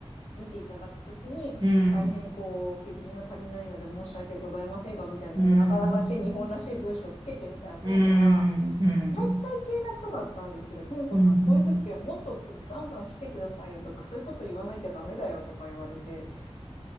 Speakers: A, on the left; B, on the right.
A: 見ていただくときに、
B: うん。
A: 大変こう、経験が足りないので申し訳ございませんが、みたいな、
B: うん。
A: なかなかしい日本らしい文章をつけてみたら、今度は、
B: うん。うん。
A: 体育会系な人だったんですけど、久美子さん、
B: うん。うん
A: こういう時はもっとガンガン来てくださいよとか、そういうこと言わなきゃダメだよとか言われて、